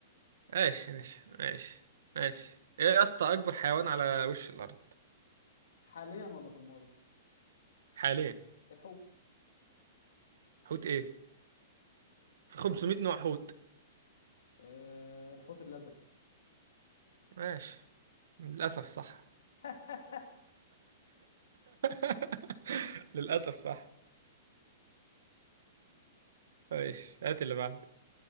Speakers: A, on the right (about 80°); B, on the left (about 85°).
A: ماشي ماشي ماشي ماشي ايه يا اسطى اكبر حيوان على وش الارض
B: حاليا ولا في الماضي؟
A: حاليا
B: الحوت
A: حوت ايه في
B: يعني
A: 500
B: ايه
A: نوع حوت
B: أه الحوت الأزرق
A: ماشي للاسف صح
B: <laughs>
A: <laughs> للاسف صح ماشي هات اللي بعد